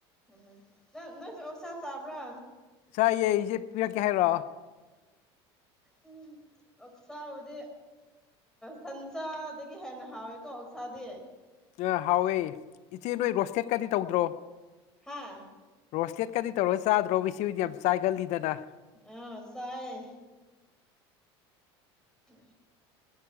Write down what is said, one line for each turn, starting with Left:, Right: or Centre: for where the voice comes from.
Centre: ꯎꯝ ꯅꯪ ꯅꯣꯏ ꯆ ꯑꯣꯁꯥ ꯆꯥꯕ꯭ꯔꯥ
Left: ꯆꯥꯏꯌꯦ ꯏꯆꯦ ꯄꯤꯔꯛꯀꯦ ꯍꯥꯏꯔꯛꯑꯣ
Centre: ꯎꯝ ꯑꯣꯛꯁꯥꯕꯨꯗꯤ ꯁꯟꯆꯥꯥꯗꯒꯤ ꯍꯦꯟꯅ ꯍꯥꯎꯋꯦꯀꯣ ꯑꯣꯛꯁꯥꯗꯤ
Left: ꯑ ꯍꯥꯎꯋꯦ ꯏꯆꯦ ꯅꯣꯏ
Centre: ꯎꯝ
Left: ꯔꯣꯁꯇꯦꯠꯀꯗꯤ ꯇꯧꯗ꯭ꯔꯣ
Centre: ꯍꯥ
Left: ꯔꯣꯁꯇꯦꯠ ꯍ ꯀꯗꯤ ꯇꯧꯔ ꯆꯥꯗ꯭ꯔꯣ ꯃꯤꯁꯤꯗꯤ ꯌꯥꯝ ꯆꯥꯏꯒꯜꯂꯤꯗꯅ
Centre: ꯑꯥ ꯆꯥꯏ ꯎ